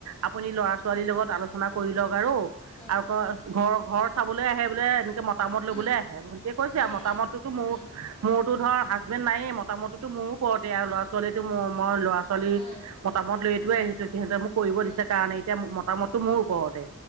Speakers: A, on the right; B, on the left.
A: আপুনি ল'ৰা ছোৱালীৰ লগত আলোচনা কৰি লওঁক আৰু
B: উম
A: আৰু কৰ ঘৰ ঘৰ চাবলে আহে বোলে এনেকে মতামত ল'বলে
B: উম
A: আহে ভণ্টিয়ে কৈছে
B: উম
A: মতামত টোতো মোৰ
B: উম
A: মোৰতো ধৰ হাজবেণ্ড নায়ে মতামততোটো মোৰ ওপৰতে আৰু ল'ৰা‌ ছোৱালীটো মোৰ মই ল'ৰাছ ছোৱালী
B: উম উম
A: মতামত লৈয়েটো
B: উম
A: আহিছো সিহঁতে মোক কৰিব দিছে
B: উম
A: কাৰণে এতিয়া ম মতামতটো মোৰ
B: উম
A: ওপৰতে।